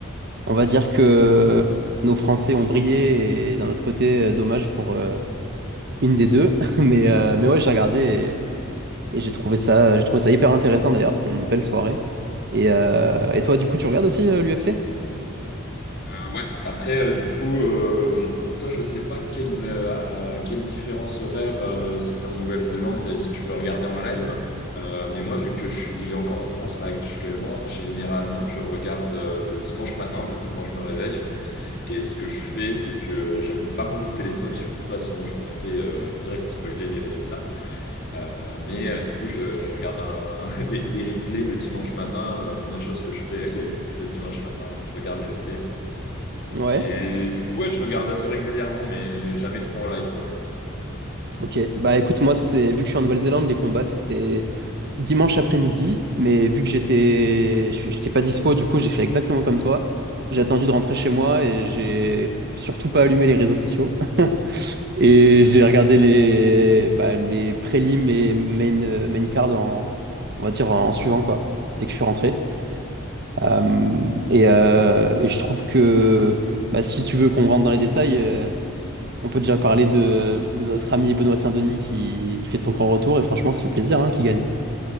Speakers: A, on the right (about 55°); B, on the left (about 55°).
A: on va dire que nos Français ont brillé et d'un autre côté, euh, dommage pour euh, une des deux. <laughs> Mais, euh, mais ouais, j'ai regardé et, et j'ai trouvé ça, j'ai trouvé ça hyper intéressant d'ailleurs. C'était une belle soirée. Et, euh, et toi, du coup, tu regardes aussi l'UFC?
B: Euh, ouais. Après, euh, du coup, euh, toi, je sais pas quelle, euh, quelle différence horaire euh, si tu es en Nouvelle-Zélande et si tu peux regarder en live. Euh, mais moi, vu que je suis encore en France là actuellement, généralement, je regarde euh, le dimanche matin, du coup, quand je me réveille. Et ce que je fais, c'est que j'allume pas mon téléphone, surtout pas, sinon je me fais euh, direct spoiler les résultats. Euh, mais euh, du coup, je, je regarde un- <laughs> les, les replays le dimanche matin. La première chose que je fais <laughs> le dimanche matin, je regarde les replays.
A: Ouais,
B: Et du coup, ouais, je regarde assez régulièrement, mais jamais trop en live, quoi.
A: ok. Bah écoute, moi, c'est vu que je suis en Nouvelle-Zélande, les combats, c'était dimanche après-midi, mais vu que j'étais je- j'étais pas dispo, du coup, j'ai fait exactement comme toi. J'ai attendu de rentrer chez moi et j'ai surtout pas allumé les réseaux sociaux. <laughs>
B: Mhm.
A: Et j'ai regardé les, bah, les prélims et main, euh, main card en, on va dire, en suivant, quoi, dès que je suis rentré. Euh, et, euh, et je trouve que bah, si tu veux qu'on rentre dans les détails, euh, on peut déjà parler de, de notre ami Benoît Saint-Denis qui, qui fait son grand retour. Et franchement, ça fait plaisir hein, qu'il gagne.